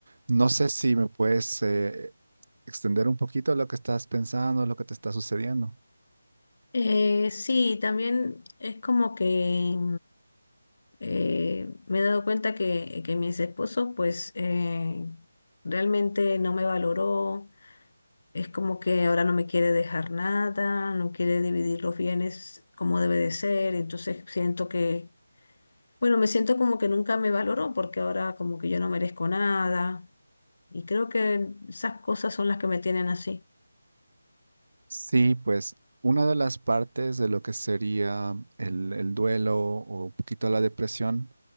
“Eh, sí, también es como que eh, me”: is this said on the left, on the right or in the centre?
Left